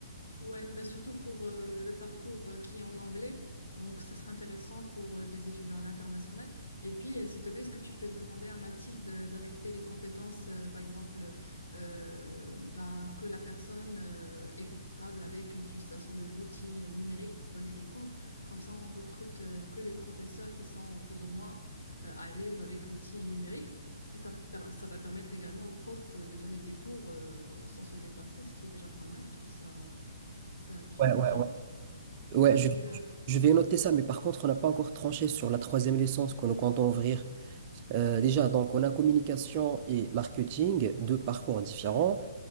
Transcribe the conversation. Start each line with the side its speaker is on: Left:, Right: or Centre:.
Left: Ouais, bah surtout pour euh, le parcours euh, qui est en anglais. Donc, ça sera intéressant pour euh, les étudiants à l'international. Et puis, euh, s'il te plaît, est-ce que tu peux demander à Mathilde euh, d'ajouter les compétences, euh, par exemple, euh, ben, que la personne euh, est confortable avec l'utilisation de l'outil euh, numérique pour donner des cours. Comme ça, on recrute euh, que les professeurs qui sont plus ou moins euh, à l'aise avec l'outil numérique. Et ça, per- ça va permettre également aux profs euh, de donner des cours euh, sans se déplacer, ce qui est déjà pas mal. Je trouve ça ça qui
Right: Ouais,
Left: est bien.
Right: ouais, ouais. Ouais,
Left: Et
Right: je,
Left: euh,
Right: je vais noter ça, mais par contre, on n'a pas encore tranché sur la troisième licence que nous comptons ouvrir. Euh, déjà, donc, on a communication et marketing, deux parcours différents.